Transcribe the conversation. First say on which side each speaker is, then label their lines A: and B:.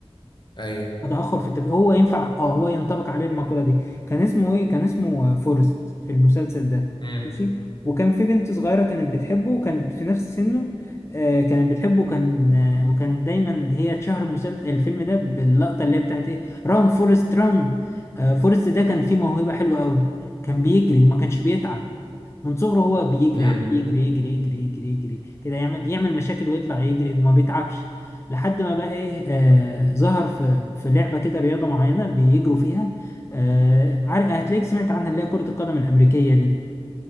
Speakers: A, on the left (about 50°); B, on the left (about 25°).
A: ايوه
B: تأخر في التفكير هو ينفع اه هو ينطبق عليه المقولة دي كان اسمه ايه كان اسمه آه، فورست في المسلسل ده
A: امم
B: ماشي وكان في بنت صغيرة كانت بتحبه وكانت في نفس سنه آه كانت بتحبه وكان آه وكان دايما هي اتشهر المسلسل الفيلم ده باللقطة اللي هي بتاعت ايه ران فورست ران آه فورست ده كان فيه موهبة حلوة قوي كان بيجري وما كانش بيتعب من صغره هو بيجري
A: امم
B: عمال يجري يجري يجري يجري يجري كده يعمل يعمل مشاكل ويطلع يجري وما بيتعبش لحد ما بقى ايه آه ظهر في في لعبه كده رياضه معينه بيجروا فيها آه عار- هتلاقيك سمعت عنها اللي هي كره القدم الامريكيه دي